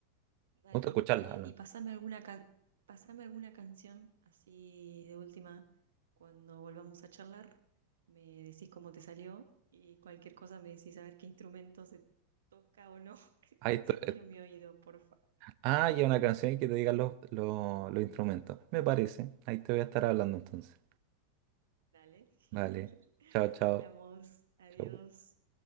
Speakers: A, on the right; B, on the right.
A: Dale,
B: gusta escucharla,
A: dale.
B: al menos.
A: Y pasame alguna can- pasame alguna canción así de última cuando volvamos a charlar. Me decís cómo te salió y cualquier cosa me decís a ver qué instrumento se toca o no. <laughs>
B: Ahí
A: Así
B: estoy,
A: afino mi oído, por favor.
B: Ah, ya una canción y que te digan los, los, los instrumentos. Me parece. Ahí te voy a estar hablando entonces.
A: Dale, <laughs>
B: Vale.
A: genial.
B: Chao, chao.
A: Hablamos. Adiós.
B: Chao.